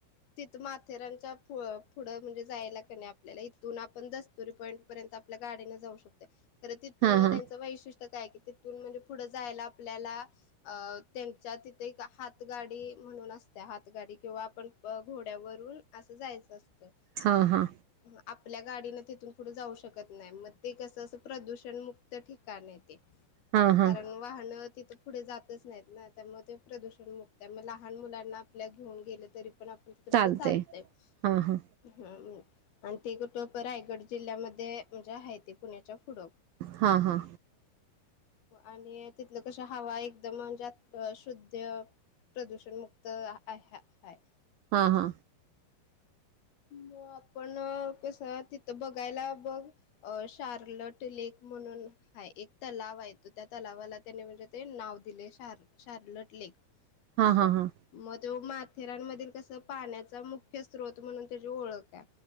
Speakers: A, on the left; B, on the right.
A: तिथ माथेरानच्या पु अ पुढं म्हणजे जायला कणे आपल्याला इथून आपण दस्तुरी पॉईंट पर्यंत आपल्या गाडीन जाऊ शकतोय, परत तिथनं
B: हा हा
A: त्यांचं वैशिष्ट्य काय हाय कि ते म्हणजे पुढं जायला आपल्याला अ तेंच्या तिथे एक हात त गाडी म्हणून असत्या, हातगाडी किंवा आपण अ घोड्यावरून असं जायचं असतंय.
B: हा हा
A: अ आप पल्या गाडीनं तिथून पुढं जाऊ शकत नाही, म ते कसं असं प्रदूषण मुक्त ठिकाणये ते.
B: हा हा
A: कारण वाहनं तिथं पुढे जातच नाहीत ना, त्यामुळे ते प्रदूषण मुक्त म लहान मुलांना आपल्या घेऊन गेलं तरी पण आपण तिथ
B: चालतंय
A: म्हणजे चालतय,
B: हा हा
A: हम्म. आणि ते कुट क रायगड जिल्ह्यामध्ये म्हणजे हाय ते पुण्याच्या फुड.
B: हा हा.
A: आणि तिथलं कशी हवा एकदम म्हणजे अ शुद्ध प्रदूषण मुक्त आय हाय हाय.
B: हा हा.
A: म आपण कस तिथं बघायला बघ अ शार्लट ते लेक म्हणून हाय, एक तलावाय तो त्या तलावाला त्याने म्हणजे ते नाव दिलय शार शार लटलेक
B: हा
A: असं
B: हा हा
A: म त्यो माथेरानमधील कसं पाण्याचा मुख्य स्रोत म्हणून तेजी ओळक हाय